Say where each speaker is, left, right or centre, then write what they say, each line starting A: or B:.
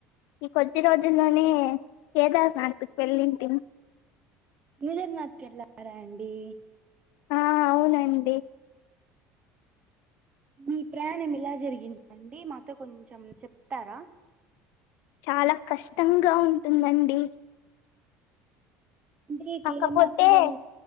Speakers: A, on the left; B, on the right.
A: ఈ కొద్ది రోజుల్లోనే కేదార్నాథ్కి వెళ్ళింటిం
B: కేదార్నాథ్ కి వెళ్లారా అండి
A: ఆ అవునండి
B: మీ ప్రయాణం ఇలా జరిగిందండి మాతో కొంచెం చెప్తారా
A: చాలా కష్టంగా ఉంటుందండి
B: కి
A: కాకపోతే
B: కేదర్నాథ్ కి వెళ్ళ